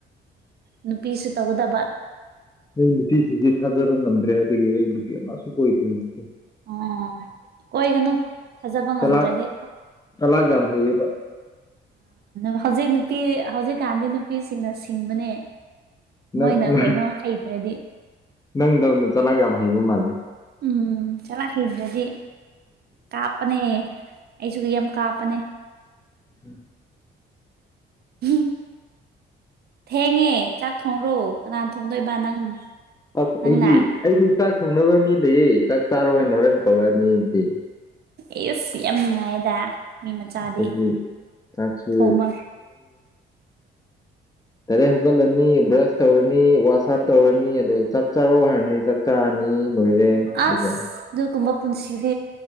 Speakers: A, on the right; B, on the left.
A: ꯅꯨꯄꯤꯁꯨ ꯇꯧꯒꯗꯕ
B: ꯅ ꯅꯨꯄꯤꯁꯤꯡꯁꯦ ꯊꯥꯒꯠ ꯗ꯭ꯔꯦ ꯍꯥꯏꯕꯒꯤ ꯅꯨꯄꯤ ꯑꯃꯁꯨ ꯀꯣꯏꯗ꯭ꯔꯦ ꯍꯧꯖꯤꯛꯇꯤ
A: ꯑ ꯀꯣꯏ ꯒꯅꯨ ꯊꯥꯖꯕ ꯉꯝꯗ꯭ꯔꯗꯤ
B: ꯆꯂꯥꯛ ꯆꯂꯥꯛ ꯌꯥꯝ ꯍꯩꯌꯦꯕ
A: ꯑ ꯍꯧꯖꯤꯛ ꯅꯨꯄꯤ ꯍꯧꯖꯤꯛꯀꯥꯟꯗꯤ ꯅꯨꯄꯤꯁꯤꯡꯅ ꯁꯤꯡꯕꯅꯦ
B: ꯅꯪ
A: ꯃꯣꯏꯅ
B: ꯅꯪ-
A: ꯀꯩꯅꯣ ꯍꯩꯇ꯭ꯔꯗꯤ
B: ꯅꯪꯗꯧꯅ ꯆꯂꯒ ꯌꯥꯝ ꯍꯩꯕ ꯃꯥꯜꯂꯦ
A: ꯎꯝ ꯆꯂꯥꯛ ꯍꯩꯗ꯭ꯔꯗꯤ ꯀꯥꯞꯄꯅꯦ ꯑꯩꯁꯨꯗꯤ ꯌꯥꯝ ꯀꯥꯞꯄꯅꯦ
B: ꯎꯝ
A: ꯎꯝ ꯊꯦꯡꯉꯦ ꯆꯥꯛ ꯊꯣꯡꯔꯣ ꯀꯅꯥꯅ ꯊꯣꯡꯗꯣꯏꯕ ꯅꯪ
B: ꯑ ꯑꯩꯗꯤ
A: ꯅꯪꯅ
B: ꯑꯩꯗꯤ ꯆꯥꯛ ꯊꯣꯡꯅꯕ ꯃꯤ ꯂꯩꯌꯦ ꯆꯥꯛ ꯆꯥꯔꯣꯏ ꯍꯥꯏꯅ ꯍꯣꯔꯦꯟ ꯀꯧꯔꯛꯑꯅꯤꯕꯗꯤ
A: ꯑꯦꯁ ꯌꯥꯝ ꯅꯨꯡꯉꯥꯏꯗ ꯃꯤ ꯃꯆꯥꯗꯤ
B: ꯑꯩꯈꯣꯏꯗꯤ ꯆꯥꯛꯁꯨ
A: ꯊꯣꯃ
B: ꯇꯔꯦꯠ ꯍꯧꯀꯠꯂꯅꯤ ꯕ꯭ꯔꯁ ꯇꯧꯔꯅꯤ ꯋꯥꯁ ꯑꯞ ꯇꯧꯔꯅꯤ ꯑꯗꯣ ꯆꯥꯛ ꯆꯥꯔꯣ ꯍꯥꯏꯔꯅꯤ ꯆꯥꯛ ꯆꯥꯔꯅꯤ ꯂꯣꯏꯔꯦ ꯑꯗꯨꯒ
A: ꯑꯁ ꯑꯗꯨꯒꯨꯝꯕ ꯄꯨꯟꯁꯤꯗꯤ